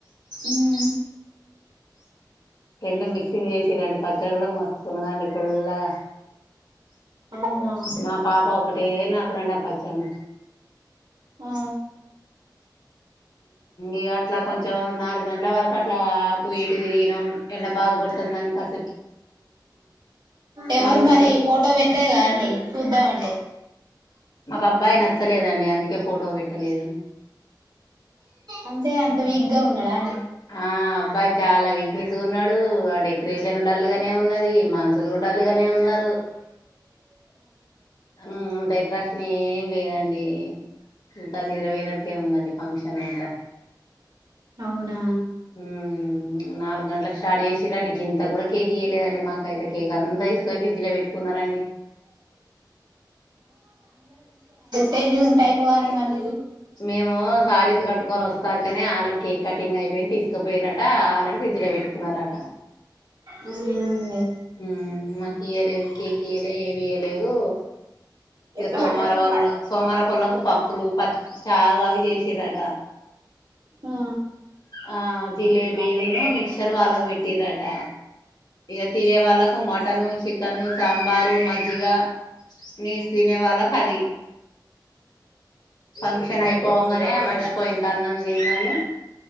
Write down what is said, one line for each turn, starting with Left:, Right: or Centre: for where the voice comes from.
Right: మ్మ్
Left: రెండు మిక్సింగ్ చేసి రని పచ్చ ఇచ్చ కూడా మస్తున్నదండి పుల్లగా
Right: అవునా
Left: మా పాప ఒకటే నాకుడు అండి అ పచ్చి చెే
Right: ఆ
Left: ఇక అట్లా కొంచెం నాలుగు గంటల వరకు అట్లా అటు ఇటు తిరిగినాం ఎండ బాగ కొడుతుంది దానికిస్త
Right: ఎవరు
Left: నాలుగు గంటలకు
Right: మరి ఫోటో పెట్టలేదా అండి చూద్దామంటే
Left: మాకు అబ్బాయి నచ్చలేదండి అందుకే ఫోటో పెట్టలేదు
Right: అంతే అంత వీక్ గా ఉన్నాడా అండి
Left: ఆ అబ్బాయి చాలావి తీసుకున్నాడు ఆ డెకరేషన్ డల్ గానే ఉన్నది మనసుులు డల్లుగానే ఉన్నారు అంత ఎట్రాక్షన్ ఏం లేదండి అంత నిద్రపోనట్టే ఉందండి ఫంక్షన్ అంతా
Right: అవునా
Left: హ నాలుగు గంటలక్ష సడేస్ డి ఇంత కూడా కేక్ ఇయలేదండి మాకయితే కేక్ అంతా తీసుక ఫ్రిడ్జ్ లో పెట్టుకున్నారండి
Right: తేజీస్ ఉంటాయి పోవ అడి మరు
Left: మేము సారీస్ కట్టుకొని వస్తారు కానీ ఆల్రెడీ కేక్ కటింగ్ అయిపోయింది తీసుకో పొయిర్రట ఆల్రెడీ ఫ్రిడ్జ్ లో పెట్టుకున్నారట
Right: అవునండి
Left: హ్మ్ మాకు ఈయలేదు కేక్ ఇయలే ఏమి ఈయలేదు ఇగ
Right: ఎట్లా
Left: సోమవార
Right: మరి ఎట్ల
Left: వాళ్ళ
Right: ఇప్పాలి
Left: సోమవార పొల్ళకు పప్పులు పచ్చి చారు అవి జేసిర్రట
Right: ఆ
Left: ఆ జిలేబీ
Right: జిలేబీ
Left: నును మిక్చర్ వాళ్ళకు పెట్టిర్రట ఇగ తినే వాళ్ళకు మటను చికెను సాంబారు మజ్జిగ నీస్ తినే వాళ్ళకు అది ఫంక్షన్ అయిపోవంగానే మనిషికో యింత అన్నం దిన్నాను